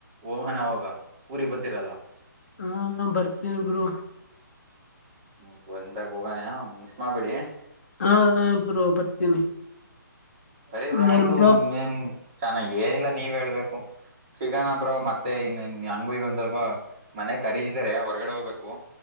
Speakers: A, on the right; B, on the left.
A: ಹೋಗನ ಅವಗ ಊರಿಗೆಗ್ ಬತ್ತೀರಲ್ಲ
B: ಹಾ ಬರ್ತೇನೆ ಬ್ರೋ
A: ಹ್ಮ್ ಬಂದಾಗ ಹೋಗಾನೆ ಮಿಸ್ ಮಾಡ್ಬಿಡಿ
B: ಹಾ ಬರುವ ಬರ್ತೀನಿ
A: ಅರಿಬ್ರ
B: ಇನ್ನೇನ್
A: ಆಯ್ತು
B: ಬ್ರೋ
A: ಚೆನ್ನಾಗ ಏನಿಲ್ಲ ನೀವ್ ಹೇಳ್ಬೇಕು ಶಿಕಾನಪ್ರ್ ಮತ್ತೆ ಇನ್ನ ಹೆಂಗೂ ಈಗೊಂದ್ ಸ್ವಲ್ಪ ಮನೆ ಖರೀದಿದಾರೆ ಹೊರ್ಗಡೆ ಹೋಗ್ಬೇಕು